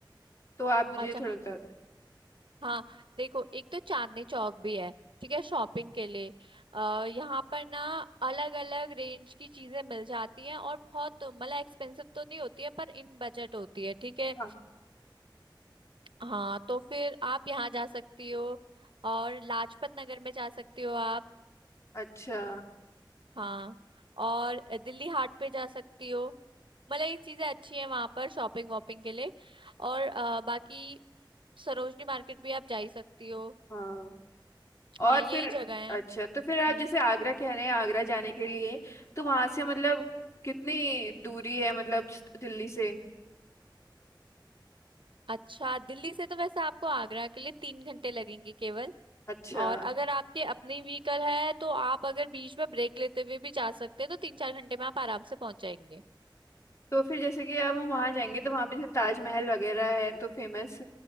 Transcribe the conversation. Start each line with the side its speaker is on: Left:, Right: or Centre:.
Left: तो आप मुझे
Right: अच्छा
Left: थोड़ा बता दें
Right: हाँ देखो एक तो चांदनी चौक भी है ठीक है शॉपिंग के लिए अ यहाँ पर ना अलग अलग रेंज की चीजें मिल जाती हैं और बहुत मतलब एक्सपेंसिव तो नहीं होती है पर इन बजट होती है ठीक है
Left: हाँ
Right: हाँ तो फिर आप यहाँ जा सकती हो और लाजपत नगर में जा सकती हो आप
Left: अच्छा
Right: हाँ और दिल्ली हाट पे जा सकती हो मतलब ये चीजें अच्छी हैं वहां पर शॉपिंग वॉपिंग के लिए और अ, बाकी सरोजनी मार्केट भी आप जा ही सकती हो
Left: हाँ
Right: हाँ
Left: और
Right: यही
Left: फिर
Right: जगह है
Left: अच्छा तो फिर
Right: हम्म।
Left: आप जैसे आगरा कह रहे हैं आगरा जाने के लिए तो वहां से मतलब कितनी दूरी है मतलब दिल्ली से
Right: अच्छा दिल्ली से तो वैसे आपको आगरा के लिए तीन घंटे लगेंगे केवल
Left: अच्छा
Right: और अगर आपके अपनी व्हीकल है तो आप अगर बीच में ब्रेक लेते हुए भी जा सकते हैं तो तीन चार घंटे में आप आराम से पहुंच जाएंगे
Left: तो फिर जैसे कि अब हम वहां जाएंगे तो वहां पे जैसे ताजमहल वगैरह है तो फेमस